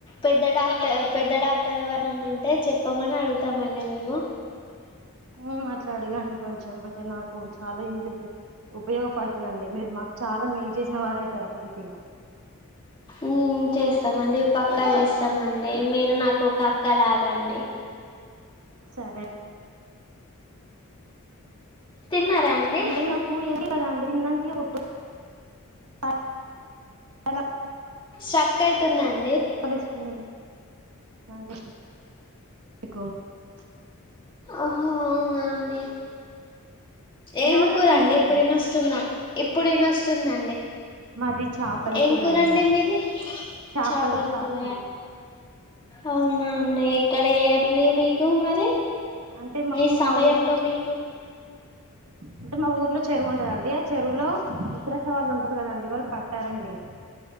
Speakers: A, on the left; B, on the right.
A: పెద్ద డాక్టర్ పెద్ద డాక్టర్ ఎవన్నుంటే చెప్పమని అడుగుతామండి మేము
B: మ్మ్ అట్లా ఆడగండి కొంచెం అంటే నాకు చాలా యూజ్ అయి ఉపయోగపడుతుందండి మీరు మాకు చాలా మేలు చేసిన వారు అవుతారు అట్లయితేగా
A: మ్మ్ చేస్ తం మండి పక్కా చేస్తామండి మీరు నాకు ఒక అక్క లాగండి
B: సరే
A: తిన్నారా అండి
B: అంటే నాకు ఏంటి కదా అండి తిన్నాకి ఒట్ అ హాలో
A: సక్ అయితుందండి
B: పాలెసుకొని తిను <inaudible>
A: ఓహో అవునా అండి
B: వినబడతలేదా
A: ఏం కూరండి
B: అండి మీకు
A: ఇప్పుడయినొస్తుందా ఇప్పుడయినొస్తుందా
B: మాది చేపల
A: ఏం
B: కూర
A: కూరండి
B: అండి
A: మీది
B: చేపలు
A: చాపల
B: చేపలు
A: కూర అవునాండి ఎక్కడ ఏవండి మీ కు మరి
B: అంటే మాకు
A: ఈ సమయంలో
B: మా ఊర్లో
A: మీకు
B: అంటే మా ఊర్లో చెరువు ఉంటదండి ఆ చెరువులో ఉత్తరసవాళ్ళు ఉంటారు కదండి వాళ్ళు పడ్డారండి